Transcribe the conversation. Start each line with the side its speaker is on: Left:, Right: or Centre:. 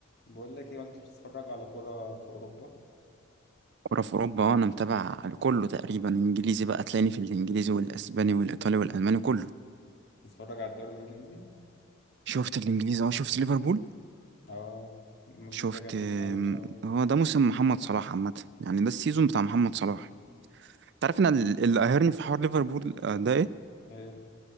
Left: بقول لك ايه وانت بتتفرج على كرة في اوروبا
Right: كورة في أوروبا أه أنا متابع كله تقريبا إنجليزي بقى تلاقيني في الإنجليزي والأسباني والإيطالي والألماني كله
Left: بتتفرج على الدوري الانجليزي
Right: شفت الإنجليزي أه شفت ليفربول
Left: اه الموسم
Right: شفت
Left: ده جامدين
Right: آم،
Left: قوي بصراحة
Right: هو ده موسم محمد صلاح عامة يعني ده السيزون بتاع محمد صلاح تعرف أنا ال- اللي قاهرني في حوار ليفربول آه، ده إيه؟
Left: ايه